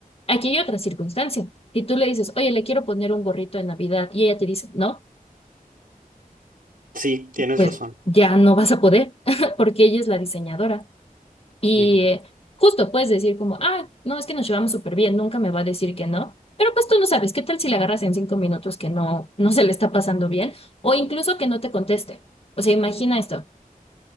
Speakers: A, on the left; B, on the right.
A: aquí hay otra circunstancia. Si tú le dices, oye, le quiero poner un gorrito de Navidad y ella te dice, no,
B: Sí, tienes
A: pues
B: razón.
A: ya no vas a poder <laughs> porque ella es la diseñadora. Y
B: Ujú.
A: eh, justo puedes decir como, ah, no, es que nos llevamos súper bien, nunca me va a decir que no. Pero pues tú no sabes, ¿qué tal si le agarras en cinco minutos que no, no se le está pasando bien? O incluso que no te conteste. O sea, imagina esto.